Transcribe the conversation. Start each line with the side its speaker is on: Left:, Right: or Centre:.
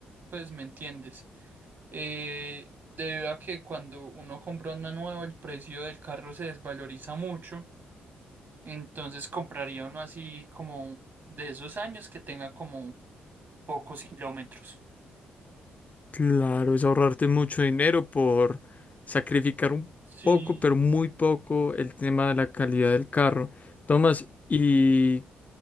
Right: pues me entiendes. Eh, debido a que cuando uno compra uno nuevo, el precio del carro se desvaloriza mucho. Entonces compraría uno así como de esos años que tenga como pocos kilómetros.
Left: Claro, es ahorrarte mucho dinero por sacrificar un
Right: Sí,
Left: poco, pero muy poco, el tema de la calidad del carro. Tomás, ¿y